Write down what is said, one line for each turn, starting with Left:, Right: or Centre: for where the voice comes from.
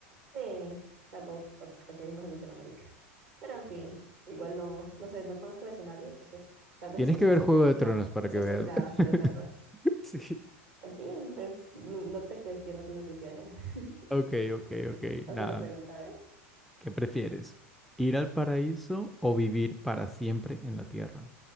Right: sí, salvo pues, porque vivimos en Latinoamérica. Pero en fin, igual no, no sé, no conozco el escenario, entonces tal vez
Centre: Tienes
Right: soy
Centre: que
Right: sas-
Centre: ver Juego
Right: sesgada,
Centre: de Tronos para
Right: soy
Centre: que veas.
Right: sesgada, o sea,
Centre: <laughs>
Right: es verdad.
Centre: Sí.
Right: En fin, pues n- no te cuestiono tus decisiones.
Centre: Ok,
Right: <laughs>
Centre: ok, ok.
Right: Hazme
Centre: Nada.
Right: la pregunta, a ver.
Centre: ¿Qué prefieres? ¿Ir al paraíso o vivir para siempre en la tierra?